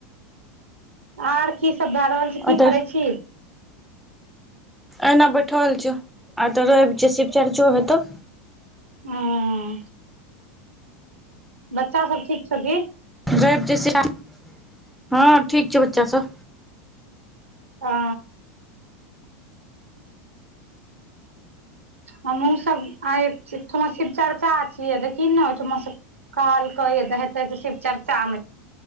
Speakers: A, on the right; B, in the centre.
A: आर की सब भए रहल छै,
B: अ
A: की
B: तऽ
A: करै छी।
B: एहिना बैठल छियौ, आय तऽ रैब छै शिव-चर्चो हेतौ।
A: हँ। बच्चा सब ठीक छौ की।
B: रैब जे शिव च, हँ ठीक छौ बच्चा सब।
A: आ। हमहुँ सब आय, एकठमा शिव चर्चा छियै, देखी न ओहिठमा स। कहलक य हतैऽ शिवचर्चा में।